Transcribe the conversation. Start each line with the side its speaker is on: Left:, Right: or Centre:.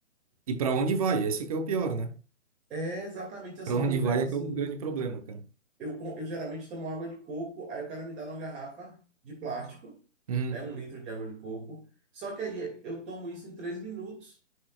Right: E para onde vai? Esse que é o pior, né?
Centre: É exatamente assim.
Right: Pra onde
Centre: Eu
Right: vai
Centre: pego
Right: é
Centre: assim,
Right: que é o grande problema, cara.
Centre: eu, com- eu geralmente tomo água de coco, aí o cara me dá uma garrafa de plástico,
Right: Uhum.
Centre: né? Um litro de água de coco. Só que aí eu tomo isso em três minutos